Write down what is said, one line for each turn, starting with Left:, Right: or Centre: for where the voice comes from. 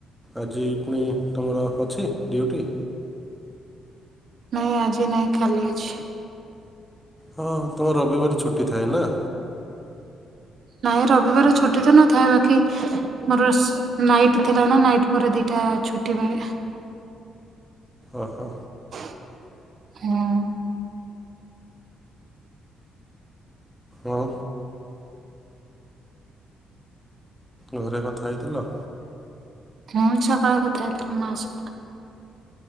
Centre: ଆଜି ପୁଣି ତୁମର ଅଛି ଡିୟୁଟି?
Right: ନାଇଁ ଆଜି ନାଇଁ କାଲି ଅଛି।
Centre: ହଁ ତୁମ ରବିବାର ଛୁଟି ଥାଏ ନାଁ?
Right: ନାଇଁ ରବିବାର ଛୁଟି ତ ନଥାଏ ବାକି ମୋର ସ୍ ନାଇଟ୍ ଥିଲା ନା ନାଇଟ ପରେ ଦିଟା ଅ ଛୁଟି ମିଳେ।
Centre: ଓହୋ।
Right: ହୁଁ।
Centre: ଆଉ ଘରେ କଥା ହେଇଥିଲ?
Right: ହଁ ଛକାଳେ କଥା ହେଇଥିଲି ମା ସହିତ।